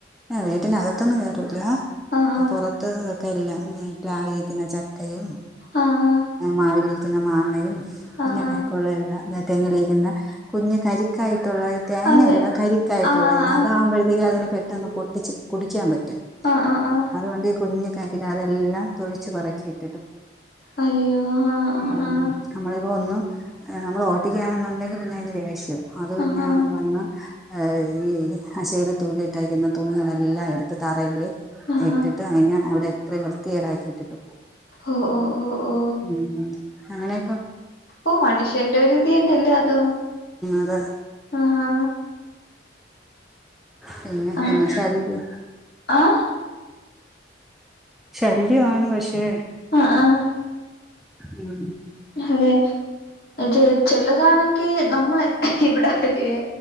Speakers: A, in the centre; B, on the left.
A: എ വീട്ടിനകത്തൊന്നും കേറൂലാ
B: ആഹ്
A: പൊറത്ത് ഒക്കെയെല്ലാം പ്ലാവിലിരിക്കുന്ന ച ക്കയും
B: ആഹ് ആഹ് ആഹ്
A: മാവിലിരിക്കുന്ന മാങ്ങയും
B: ആഹ്
A: ഇങ്ങനെയെക്കെയൊള്ള
B: ആഹ്
A: എല്ലാം തെങ്ങിലിരിക്കുന്ന കുഞ്ഞ് കരിക്കായിട്ടൊള്ള തേങ്ങയല്ല
B: അതെ
A: കരിക്കായിട്ടൊള്ളതിന്
B: ആഹ് ആഹ് ആഹ്
A: അതാകുമ്പഴത്തേക്കും അതിന് പെട്ടെന്ന് പൊട്ടിച്ച് കുടിക്കാൻ പറ്റും.
B: ആഹ് ആഹ് ആ
A: അതുകൊണ്ട് കുഞ്ഞു കരിക അതെല്ലാം തൊഴിച്ച് പറക്കിയിട്ടിട്ട് പോവും
B: അയ്യോ ആഹ് ആഹ്
A: ഉം
B: ആഹ്
A: നമ്മളിപ്പോ ഒന്നു നമ്മള് ഓട്ടിക്കയാണെന്നുണ്ടെങ്കി പിന്നെ അയിന് ദേഷ്യ അത് പിന്നെ
B: ആഹ് ആഹ്
A: വന്ന് ഈ അശേല് തൂക്കിയിട്ടേക്കുന്ന തുണികളെല്ലാം എടുത്ത് തറേല്
B: ആഹ്
A: ഇട്ടിട്ട്
B: ആഹ്
A: ട്ട് കഴിഞ്ഞ അവിടെ അത്രയും വൃത്തികേടാക്കി ഇട്ടിട്ട് പോവും
B: ഓഹ് ഓഹ് ഓഹ്
A: ഉം അങ്ങനെ
B: ഓഹ് മനുഷ്യന്റെ ഒരുരിതിന്നല്ലേ അതും
A: അതെ
B: ആഹ്
A: പിന്നെ
B: ആഹ്
A: എന്നാ ശല്യയ
B: ആഹ്
A: ശല്യമാണ് പക്ഷേ
B: ആഹ് ആഹ്
A: ഉം
B: അതെ അത് ചെലതാണെങ്കി നമ്മ ഇവിടെ വരിയേ